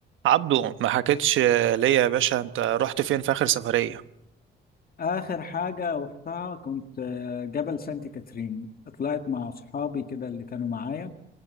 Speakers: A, on the right; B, on the left.
A: عبدو ما حكيتش ليا يا باشا انت رحت فين في اخر سفرية
B: آخر حاجة رحتها كنت آه، جبل سانت كاترين طلعت مع أصحابي كده اللي كانوا معايا